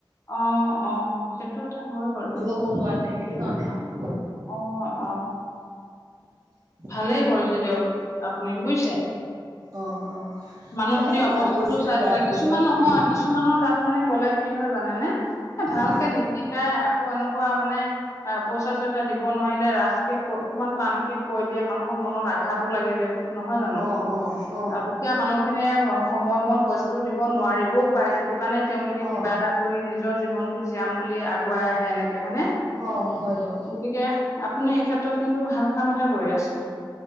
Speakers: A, on the left; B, on the right.
A: অ অ সেইটো এটা হয় বাৰু
B: ক' পৰা সেইটো কাৰণে আৰু।
A: অ অ
B: উ
A: ভালেই কৰিছে দিয়ক আপুনি বুইছে।
B: অ অ
A: মানুহখিনিৰ
B: জানো
A: অৱস্থাটো
B: ভাল কৰিছো
A: চাই
B: নে বেয়া
A: পেলাই
B: কৰিছো
A: কিছুমান
B: আৰু
A: নহয়
B: উম
A: কিছুমানৰ তাত মানে গ'লে কি হয় জানেনে এ ভালকে
B: উম
A: নি শিকাই আকৌ এনেকুৱা মানে পইচা চইচা দিব নোৱাৰিলে ৰাফকে কয় অকমান টানকে কৈ দিয়ে মানুহৰ মনত আঘাতো লাগে দিয়কচোন নহয় জানো
B: অ অ অ
A: আৰু দুখীয়া মানুহ খিনিয়ে সময়মত পইচাটো দিব নোৱাৰিবও পাৰে সেইটো কাৰণে তেওঁলোকে
B: অ
A: কিবা এটা কৰি নিজৰ জীৱনতো জীয়াম বুলি আগুৱাই আহে এনেকে হয়নে
B: অ হয় বাৰু
A: গতিকে আপুনি এই ক্ষেত্ৰত কিন্তু ভাল কাম এটা কৰি আছে।